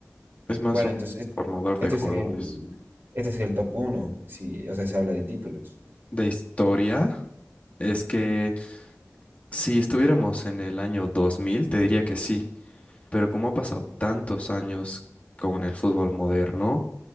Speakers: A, on the left; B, on the right.
A: Es más
B: Bueno,
A: un
B: entonces, es-
A: formador de
B: este
A: jugadores.
B: sería el, este sería el top uno, si, o sea, se habla de títulos.
A: De historia, es que si estuviéramos en el año 2000, te diría que sí, pero como ha pasado tantos años con el fútbol moderno,